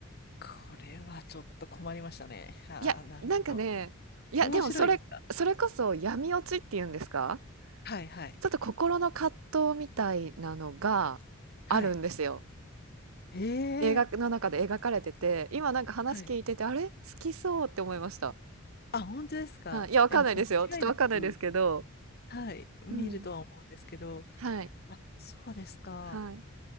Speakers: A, on the left; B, on the right.
A: これはちょっと困りましたね。ああ、
B: いや、
A: なるほど。
B: なんかね、いや、
A: 面白いですか
B: でもそれ、それこそ闇落ちっていうんですか
A: はい、はい、
B: ちょっと心の葛藤みたいなのがあるんですよ。
A: はい。ええ
B: 映画の中で描かれてて、今なんか話聞いてて、
A: はい。
B: あれ好きそうって思いました。
A: あ、本当ですかえ、
B: はい。いや、わかんないですよ。
A: もう間違いなく、
B: ちょっとわかんないですけど。
A: はい、見るとは思うんですけど、
B: うん。はい。
A: あ、そうですか。
B: はい。